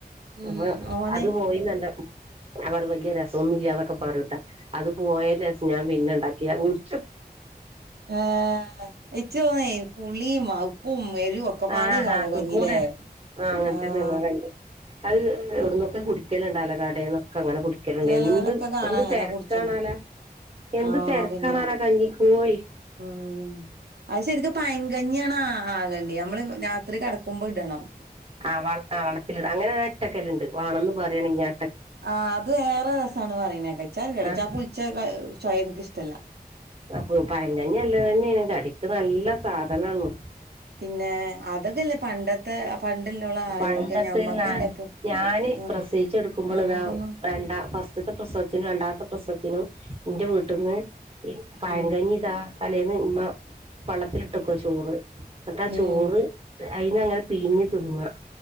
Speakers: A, on the right; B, on the right.
A: ഉം
B: അപ്പൊ
A: ഓന്
B: അത് പോയി നന്ത അവർ വലിയ രസമൊന്ന ഇില്ലാതൊക്കെ പറൂട്ടാ അത് പോയല് ഞാൻ പിന്നെ ഉണ്ടാക്കിയ കുറിച്ചു
A: ആഏ ഏറ്റവും തോന്ന പുളിയും ഉപ്പും മരും ഒക്കെ പാടേക്കാരം
B: ആഹഹ
A: കഞ്ഞിലേ
B: കൂടെ ആ അങ്ങനെത്തന്നെയ
A: ആഹ്
B: ക അത്
A: ചെ
B: എവിടുന്നൊക്കെ കുടിക്ക മുക്കലുണ്ടാലാടേൊെ അങ്ങനെ കു ണ്ട്
A: ചെലോലൊക്കെ
B: എന്ത്
A: കാണാ
B: എന്ത്
A: അങ്ങനെ
B: തിരക്കണാലാ
A: കുടിച്ച്ണ്
B: എന്ത്
A: ആഹ്
B: തിരക്കാണാലാ
A: പിന്നെ
B: കഞ്ഞി കോഴി
A: ഉം അത് ശരിക്കും പയങ്കഞ്ഞാണ് ആകണ്ടേ നമ്മള് രാത്രി കടക്ക കുമ്ഭിടണം
B: ആ വളത്തില അങ്ങനെ ഇട്ടൊക്കെല്ല ഉണ്ട് വേണം എന്ന് പറയയാണെങ്കാ
A: ആഹ് അത് വേറെ രസമാണ് പറയനേ കച്ചാൽ കടച്ചാ
B: ആഹ്
A: പുളിച്ച ചായ എനിക്കഷ്ടല്ല
B: അപ്പൊ പയകഞ്ഞി നല്ലതന്നെയാ കടിക്ക് നല്ല സാധനാണ്
A: പിന്നെ അതൊക്കെല്ലേ പണ്ടത്തെ പണ്ടില്ലോള ആരോഗ്യം
B: പണ്ടത്ത്
A: ഞമ്മക്കല്ലേ
B: നാൻ
A: ഇപ്പൊ
B: ഞാന്
A: ആഹ്
B: പ്രസയിച്ച് കെടുക്കുമ്പള്
A: ഞമ്മക്കൊന്നും
B: ഇതാ രണ്ടാം ഫസ്റ്റത്ത പ്രസവ രണ്ടാമത്തെ പ്രസത്തിനും എന്റെ വീട്ടിന്ന് ഈ പഴങ്കഞ്ഞി
A: ഉം
B: താ തലേന്ന് ഉമ്മ വള്ളത്തിലിട്ടക്കുവ ചോറ് എന്നിട്ടാ
A: ഉം
B: ചോറ് അയിന് അങ്ങന പിയിഞ്ഞ് തിന്ന